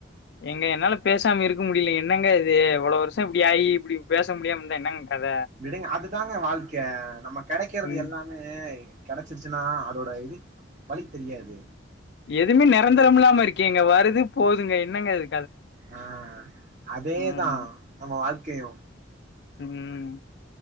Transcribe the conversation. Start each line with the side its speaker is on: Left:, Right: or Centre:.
Left: ஏங்க என்னால பேசாம இருக்க முடிலிங்க என்னங்க இது இவ்ளோ வருஷோ இப்டி ஆயி இப்டி பேச முடியாம இருந்தா என்னங்க கத
Right: விடுங்க அது தாங்க வாழ்க்க நம்ம கெடைக்கிறது
Left: ம்
Right: எல்லாமே கெடச்சுருச்சுன்னா அதோட இது வலி தெரியாது
Left: எதுமே நெரந்தரம் இல்லாம இருக்கேங்க வருது போதுங்க என்னங்க அது
Right: ஆ அதேதா
Left: ம்
Right: நம்ம வாழ்க்கையு
Left: ம்